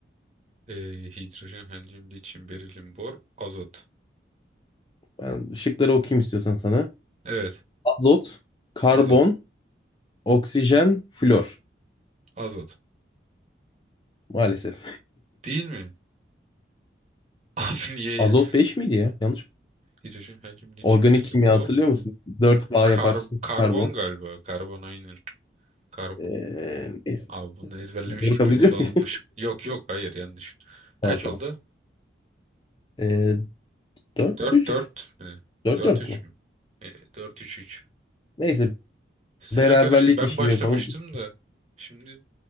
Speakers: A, on the right; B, on the left.
A: Ee, hidrojen, helyum, lityum, berilyum, bor, azot.
B: Ben şıkları okuyayım istiyorsan sana.
A: Evet
B: Azot, karbon,
A: azot.
B: oksijen, flor.
A: Azot.
B: Maalesef.
A: Değil mi? <laughs> Abi
B: <laughs>
A: niye
B: Azot
A: ya?
B: 5 miydi ya? Yanlış.
A: Hidrojen, helyum, lityum,
B: Organik
A: berilyum,
B: kimya
A: bor.
B: hatırlıyor musun? 4 bağ
A: Kar-
B: yapar
A: karbon
B: karbon.
A: galiba. Karbon aynen. Karbon.
B: Ee, neyse.
A: Abi bunu ezberlemiştik
B: Doğru kabul
A: de
B: ediyor
A: bunu da
B: muyuz?
A: unutmuşum. Yok yok hayır yanlış.
B: <laughs> Tamam
A: Kaç
B: tamam.
A: oldu?
B: Ee, Dört
A: Dört,
B: 3
A: dört, mi?
B: 4-4
A: 4-3
B: mü?
A: mü? Ee, 4 üç.
B: Neyse
A: Sıra
B: Beraberlikmiş
A: karıştı. Ben
B: gibi
A: başlamıştım
B: yapalım.
A: da. Şimdi